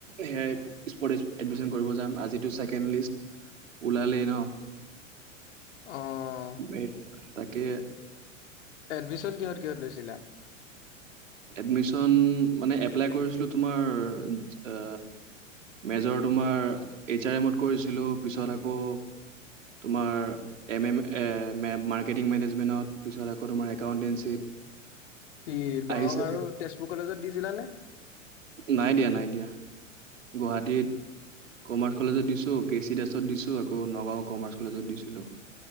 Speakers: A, on the right; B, on the left.
A: সেই স্পৰ্ট এডমিশ্যন কৰিব যাম। আজিটো ছেকেণ্ড লিষ্ট ওলালেই ন?
B: অ'।
A: বে। তাকে।
B: এডমিশ্যন কিহত কিহত লৈছিলা?
A: এডমিশন মানে, এপ্লাই কৰিছিলোঁ তোমাৰ আ মেজৰ তোমাৰ এইচ আৰ এমত কৰিছিলোঁ। পিছত আকৌ তোমাৰ এম এম এ মেপ মাৰ্কেটিং মেনেজমেণ্টত পিছত আকৌ তোমাৰ একাউণ্টেঞ্চিত
B: কি দৰং
A: আহিছে
B: আৰু তেজপুৰ কলেজত দিছিলা নে?
A: নাই দিয়া, নাই দিয়া গুৱাহাটীত কমাৰ্চ কলেজত দিছোঁ, কে চি দাসত দিছোঁ, আকৌ নগাঁও কমাৰ্চ কলেজত দিছিলোঁ।